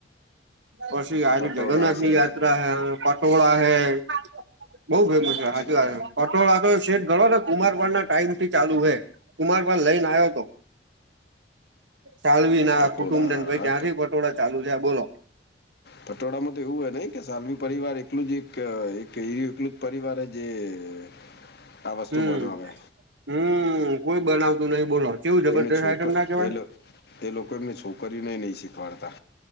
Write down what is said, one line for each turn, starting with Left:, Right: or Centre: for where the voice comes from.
Right: પછી આરીયુ
Left: પટોળા
Right: જગન્નાથની
Left: છે
Right: યાત્રા હૈ પટોળા હૈ બો ફેમસ
Left: તો
Right: હે
Left: પછી
Right: સાચી વાત હે પટોળા તો શેક ગડોને કુમારવન ના ટાઈમ થી ચાલુ હે કુમારપાલ લઈને આવ્યોતો ચાલવી ના
Left: પટોળા
Right: કુટુંબ ને ભાઈ ત્યાંથી પટોળા ચાલુ થયા બોલો
Left: પટોડામાં તો એવું હે નહીં કે સાલવી પરિવાર એકલું જ એક એક એરું એકલું જ પરિવાર હે જે <inaudible> વસ્તુ
Right: હમ
Left: બનાવે
Right: હમ કોઈ બનાવતું નહીં બોલો કેવું જબરદસ્ત
Left: <unintelligible> છોક
Right: આઈટમ ના કેવાય
Left: એલ એલોકો એમની છોકરીઓ નેય નહીં શી વાડતા